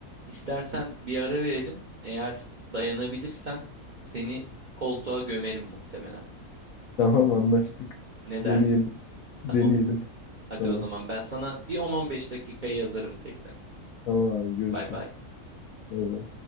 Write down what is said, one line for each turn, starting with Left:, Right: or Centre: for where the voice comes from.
Right: İstersen bir ara verelim. Eğer dayanabilirsen seni koltuğa gömerim muhtemelen.
Left: <laughs> Tamam anlaştık.
Right: Ne
Left: Deneyelim.
Right: dersin?
Left: Deneyelim.
Right: Tamam. Hadi
Left: Tamam.
Right: o zaman ben sana bir 10-15 dakikaya yazarım tekrar.
Left: Tamam abi görüşürüz.
Right: Bay bay.
Left: Bay bay.